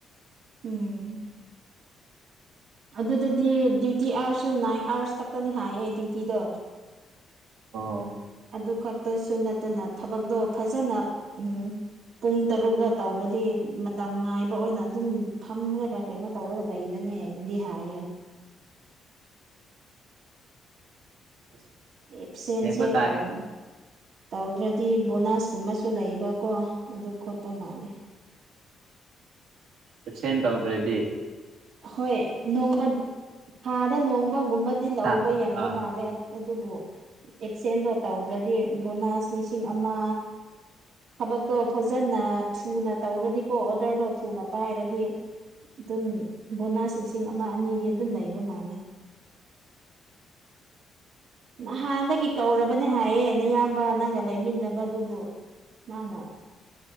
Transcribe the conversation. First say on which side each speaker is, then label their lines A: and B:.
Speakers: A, on the right; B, on the right.
A: ꯎꯝ ꯑꯗꯨꯗꯗꯤ ꯗ꯭ꯌꯨꯇꯤ ꯑꯥꯔꯁꯨ ꯅꯥꯏꯟ ꯑꯥꯋꯔꯁ ꯈꯛꯇꯅꯤ ꯍꯥꯏꯌꯦ ꯗ꯭ꯌꯨꯇꯤꯗꯣ
B: ꯑꯣ
A: ꯑꯗꯨ ꯈꯛꯇꯁꯨ ꯅꯠꯇꯅ ꯊꯕꯛꯇꯣ ꯐꯖꯅ ꯎꯝ ꯄꯨꯡ ꯇꯔꯨꯛꯅ ꯇꯧꯔꯗꯤ ꯃꯇꯝ ꯉꯥꯏꯕ ꯑꯣꯏꯅ ꯑꯗꯨꯝ ꯐꯝꯔꯒ ꯀꯩꯅꯣ ꯇꯧꯔꯒ ꯂꯩꯕꯅꯦꯕꯨꯗꯤ ꯍꯥꯏꯌꯦ
B: ꯑꯁ
A: ꯑꯦꯞꯁꯦꯟꯁꯦ
B: ꯌꯦꯡꯕ ꯇꯥꯔꯦ
A: ꯇꯧꯅꯤ ꯇꯧꯗ꯭ꯔꯗꯤ ꯕꯣꯅꯁꯀꯨꯝꯕꯁꯨ ꯂꯩꯕꯀꯣ ꯑꯗꯨ ꯈꯣꯠꯄ ꯃꯥꯂꯦ
B: ꯑꯦꯁꯦꯟ ꯇꯧꯗ꯭ꯔꯦꯗꯤ
A: ꯍꯣꯏ ꯅꯣꯡꯃ ꯊꯥꯗ ꯅꯣꯡꯃꯒꯨꯝꯕꯗꯤ ꯂꯧꯕ
B: ꯍꯥ
A: ꯌꯥꯕ
B: ꯑꯥ
A: ꯃꯥꯜꯂꯦ ꯑ ꯑꯗꯨꯕꯨ ꯑꯦꯞꯁꯦꯟꯗꯣ ꯇꯧ꯭ꯔꯗꯤ ꯕꯣꯅꯥꯁ ꯂꯤꯁꯤꯡ ꯑꯃ ꯊꯕꯛꯇꯣ ꯐꯖꯅ ꯊꯨꯅ ꯇꯧꯔꯗꯤꯀꯣ ꯑꯣꯔꯗꯔꯗꯣ ꯊꯨꯅ ꯄꯥꯏꯔꯗꯤ ꯑꯗꯨꯝ ꯕꯣꯅꯥꯁ ꯂꯤꯁꯤꯡ ꯑꯃ ꯑꯅꯤꯗꯤ ꯑꯗꯨꯝ ꯂꯩꯕ ꯃꯥꯂꯦ ꯅꯍꯥꯟꯗꯒꯤ ꯀꯧꯔꯕꯅꯦ ꯍꯥꯏꯌꯦ ꯅꯌꯥꯝꯕ ꯅꯪꯒ ꯂꯩꯃꯤꯟꯅꯕ ꯑꯗꯨꯕꯨ ꯃꯥꯅ